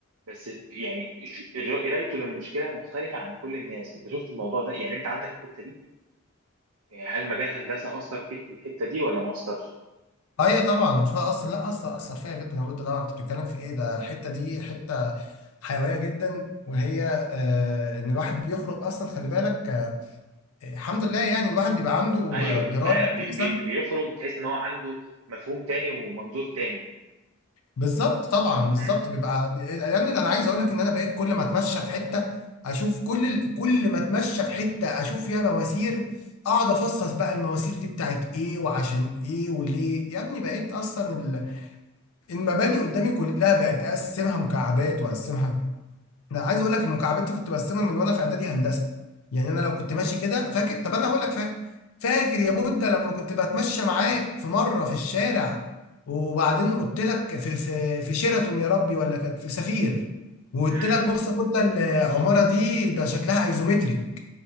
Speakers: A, on the right; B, on the left.
A: بس يعني ش- الر- قرايته للمشكله مختلفه عن كل الناس انت شفت الموضوع ده يعني انت عندك الحته دي يعني هل مجال هندسه اثر فيك في الحته دي ولا ما اثرش
B: ايوه طبعا فاثر لا اثر اثر فيا جدا لابد طبعا انت بتتكلم في ايه ده الحته دي حته حيويه جدا وهي آه ان الواحد بيخرج اصلا خلي بالك آه الحمد لله يعني الواحد بيبقى عنده
A: ايوه
B: آه، درايه
A: فعلا بي
B: كويسه
A: بي بيخرج تحس ان هو عنده مفهوم تاني ومنظور تاني
B: بالظبط طبعا بالظبط
A: امم
B: بيبقى يعني ده انا عايز اقول لك ان انا بقيت كل ما اتمشى في حته اشوف كل ال- كل ما اتمشى في حته اشوف فيها مواسير اقعد افصص بقى المواسير دي بتاعت ايه وعشان ايه وليه يا ابني بقيت اصلا ال... المباني قدامي كلها بقت اقسمها مكعبات واقسمها انا عايز اقول لك المكعبات دي كنت برسمها من وانا في اعدادي هندسه يعني انا لو كنت ماشي كده فاكر طب انا هقول لك فاكر فاكر يا بودة لما كنت بتمشى معاك في مره في الشارع وبعدين قلت لك في في في شيراتون يا ربي ولا كانت في سفير وقلت
A: امم
B: لك بص يا بودة العماره دي ده شكلها ايزومتريك